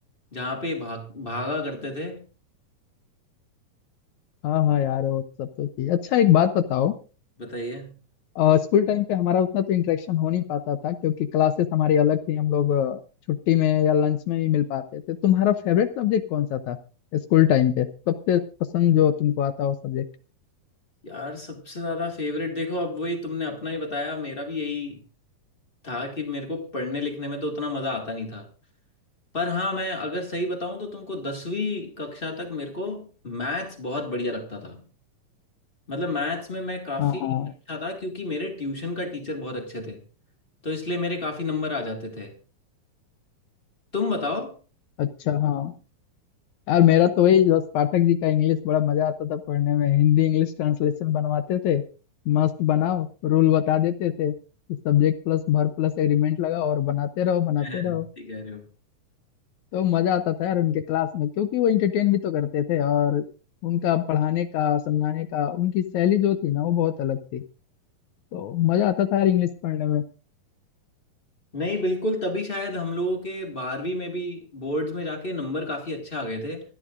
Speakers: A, on the left; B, on the left.
A: जहाँ पे भाग भागा करते थे
B: हाँ हाँ यार वो सब तो चीज अच्छा एक बात बताओ
A: बताइए
B: अ, स्कूल टाइम पे हमारा उतना तो इंटरेक्शन हो नहीं पाता था क्योंकि क्लासेस हमारी अलग थी हम लोग अ, छुट्टी में या लंच में ही मिल पाते थे तुम्हारा फेवरेट सब्जेक्ट कौन सा था स्कूल टाइम पे सबसे पसंद जो तुमको आता हो सब्जेक्ट
A: यार सबसे ज़्यादा फेवरेट देखो अब वही तुमने अपना ही बताया मेरा भी यही था कि मेरे को पढ़ने लिखने में तो उतना मज़ा आता नहीं था पर हाँ मैं अगर सही बताऊं तो तुमको दसवीं कक्षा तक मेरे को मैथ्स बहुत बढ़िया लगता था मतलब मैथ्स में मैं काफ़ी
B: हाँ हाँ
A: अच्छा था क्योंकि मेरे ट्यूशन का टीचर बहुत अच्छे थे तो इसलिए मेरे काफ़ी नंबर आ जाते थे तुम बताओ
B: अच्छा हाँ यार मेरा तो वही बस पाठक जी का इंग्लिश बड़ा मजा आता था पढ़ने में हिंदी इंग्लिश ट्रांसलेशन बनवाते थे मस्त बनाओ रूल बता देते थे कि subject plus verb plus agreement लगाओ और बनाते रहो बनाते
A: <laughs>
B: रहो
A: ठीक कह रहे हो
B: तो मजा आता था यार उनके क्लास में क्योंकि वो इंटरटेन भी तो करते थे और उनका पढ़ाने का समझाने का उनकी शैली जो थी ना वो बहुत अलग थी तो मजा आता था यार इंग्लिश पढ़ने में
A: नहीं बिल्कुल तभी शायद हम लोगों के बारहवीं में भी बोर्ड्स में जाके नंबर काफ़ी अच्छे आ गए थे